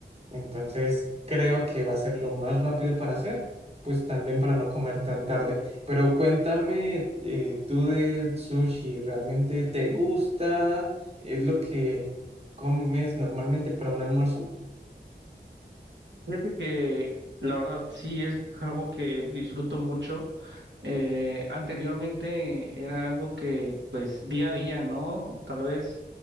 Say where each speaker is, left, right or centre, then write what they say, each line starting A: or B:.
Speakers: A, on the right; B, on the right.
A: Entonces creo que va a ser lo más rápido para hacer, pues también para no comer tan tarde. Pero cuéntame eh, tú del sushi, ¿realmente te gusta? ¿Es lo que comes normalmente para un almuerzo?
B: Fíjate que la verdad sí es algo que disfruto mucho Eh, anteriormente era algo que pues día a día, ¿no? Tal vez